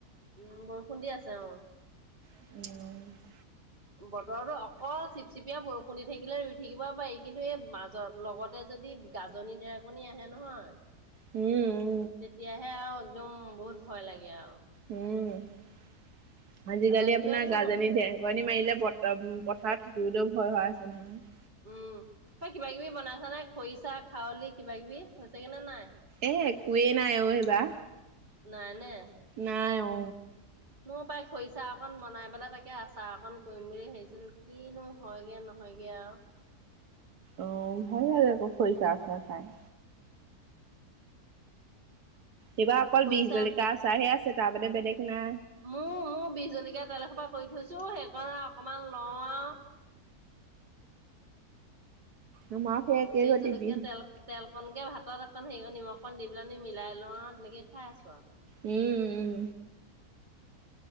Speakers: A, on the right; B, on the right.
A: উম বৰষুণ দি আছে অ
B: অ
A: বতৰটো অকল চিপচিপিয়া বৰষুণ দি থাকিলে ৰুই থাকিব পাৰি কিন্তু এই মাজত লগতে যদি গাজনি ঢেৰেকনি আহে নহয়
B: উম উম,
A: তেতিয়াহে আৱ একদম বহুত ভয় লাগে আৱ
B: উম আজি
A: তাৰপা
B: কালি
A: কিবা কিবি
B: গাগণি ঢেৰ কণি মাৰিলে প উম পথাৰত থাকিবলৈও ভয় হৈ আছে নহয়
A: উম তই কিবা কিবি বনাইছ নাই খৰিচা, খাৱলি কিবা কিবি হৈছেগে নে নাই
B: এ একোৱে নাই অ এবা
A: নাই নে
B: নাই অ
A: <inaudible> মোৰ প্ৰায় খৰিচা অকণ বনাই পেলাই তাকে আচাৰ অকণ কৰিম বুলি ভাবিছিলোঁ কিনো হয়গে নহয়গে আৱ
B: অ ভাল লাগে ক খৰিচাৰ আচাৰ খাই এইবাৰ অকল
A: খৰিচা
B: বিষ জলকীয়া আচাৰে হে আছে তাৰ বাদে বেদেগ না
A: মোৰ মোৰ বি জলকীয়া তেল এসোপা কৰি থৈছো সেইকাৰণে অকনমান লওঁ আ।
B: আমাৰো সেই একেই
A: বি
B: গতি
A: জলকিয়া
B: বিষ
A: তেল। তেল কনকে ভাতত একণ হেৰি নিমখ কণ দি পেলাই আমি মিলাই লওঁ তেনেকে খাই আছো আ।
B: উম উম।